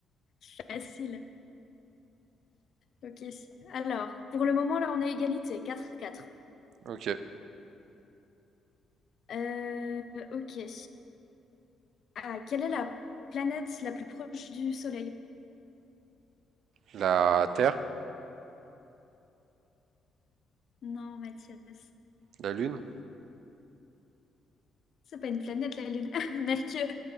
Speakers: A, on the left; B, on the right.
A: Facile. Ok. Alors, pour le moment, là, on est égalité, quatre quatre.
B: ok.
A: Euh, ok. Ah, quelle est la planète la plus proche du Soleil?
B: La Terre?
A: Non, Mathias.
B: La Lune?
A: C'est pas une planète, la Lune. <laughs> Mercure.